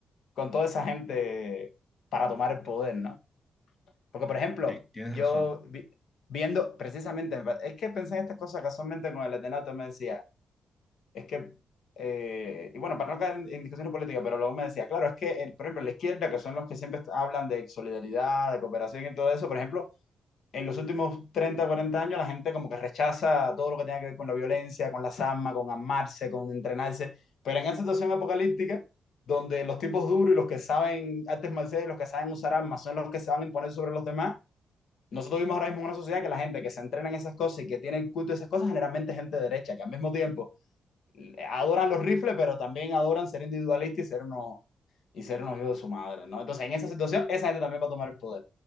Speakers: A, on the left; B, on the left.
A: con toda esa gente para tomar el poder, ¿no? Porque, por ejemplo,
B: Sí, tienes
A: yo
B: razón.
A: vi- viendo precisamente, es que pensé en estas cosas casualmente con el Atenato, me decía, es que, eh, y bueno, para no caer en, en discusiones políticas, pero luego me decía, claro, es que, el- por ejemplo, la izquierda, que son los que siempre hablan de solidaridad, de cooperación y todo eso, por ejemplo, en los últimos 30 40 años la gente como que rechaza todo lo que tenga que ver con la violencia, con las armas, con amarse, con entrenarse. Pero en esa situación apocalíptica, donde los tipos duros y los que saben artes marciales y los que saben usar armas son los que se van a imponer sobre los demás, nosotros vimos ahora mismo en una sociedad que la gente que se entrena en esas cosas y que tiene el culto de esas cosas, generalmente es gente derecha, que al mismo tiempo eh, adoran los rifles, pero también adoran ser individualistas y ser unos, y ser un hijos de su madre, ¿no? Entonces, en esa situación, esa gente también va a tomar el poder.